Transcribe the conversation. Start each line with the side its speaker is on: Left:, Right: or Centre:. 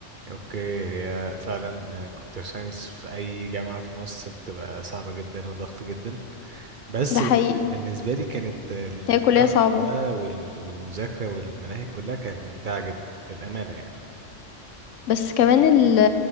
Right: اوكي هي فعلا كمبيوتر ساينس في اي جامعة في مصر بتبقى صعبة جدا وضغط جدا بس
Left: ده حقيقي،
Right: بن- بالنسبة لي كانت ال-
Left: هي
Right: الضغط
Left: الكلية صعبة،
Right: ده وال- والمذاكرة والمناهج كلها كانت ممتعة جدا للأمانة يعني
Left: بس كمان ال